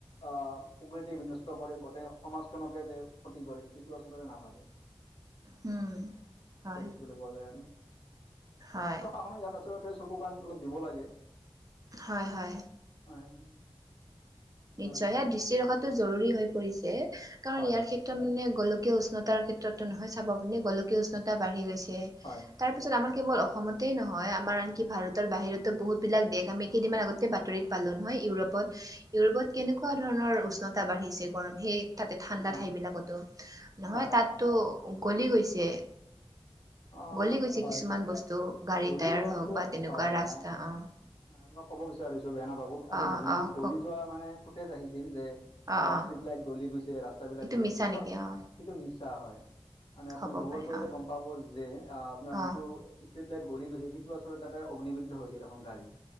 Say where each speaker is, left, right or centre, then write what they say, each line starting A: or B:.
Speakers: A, on the left; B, on the right.
A: আহ প্ৰকৃতি বিনষ্ট কৰে গোটেই সমাজখনকে যে ক্ষতি কৰে সেইটো আচলতে নাভাবে।
B: হুম,
A: এনেকুৱা
B: হয়।
A: দেখিবলৈ পোৱা যায় আৰু
B: হয়,
A: প্ৰশাসনে ইয়াত আচলতে চকু কাণ অলপ দিব লাগে।
B: হয় হয়,
A: হয় হয় এনেকুৱা
B: নিশ্চয়
A: আৰু
B: সেয়াত দৃষ্টি ৰখাটো জৰুৰী হৈ পৰিছে কাৰণ
A: হয়
B: ইয়াৰ
A: হয়
B: ক্ষে তাৰ মানে গলীয় উষ্ণতাৰ ক্ষেত্ৰটো নহয় চাব গলে গোলকীয় উষ্ণতা বাঢ়ি গৈছে
A: হয়
B: তাৰ পিছত আমাৰ কেৱল অসমতেই নহয় আমাৰ আনকি ভাৰতৰ বাহিৰতো বহুত বিলাক দেশ আমি কেইদিনমান আগতে বাতৰিত পালো নহয় ইউৰোপত ইউৰোপত কেনেকুৱা ধৰণৰ উষ্ণতা বাঢ়িছে গৰম সেই তাতে ঠাণ্ডা
A: হয়
B: ঠাই বিলাকতো, নহয়
A: হয় হয়
B: তাতো
A: হয়
B: গলি গৈছে।
A: অ
B: গলি গৈছে
A: হয়
B: কিছুমান বস্তু গাড়ী
A: গলি
B: টায়াৰ
A: যোৱাটো
B: হওঁক বা তেনেকুৱা
A: হয় হয়
B: ৰাস্তা অঁহ
A: হয় আপোনাক ক'ব বিচাৰিছো বেয়া নাপাব আজি
B: অ
A: জোনটো
B: অ
A: গলি
B: কওক
A: যোৱা মানে ফুটেজ আহিছিল যে আহ
B: অ অ
A: ষ্ট্ৰিট লাইট গলি গৈছে ৰাস্তা বিলাক গলি
B: মিছা
A: গৈছে সেইটো
B: নেকি
A: আ সেইটো
B: অ
A: মিছা হয় মানে আপুনি
B: হ'ব
A: গুগল
B: পাৰে
A: কৰিলে
B: অ
A: গম পাব যে, আপোনাৰ যোনটো
B: অ
A: ষ্ট্ৰিট লাইট গলি গৈছিল যিটো আচলতে তাতে অগ্নিবদ্ধ হৈছিল এখন গাড়ী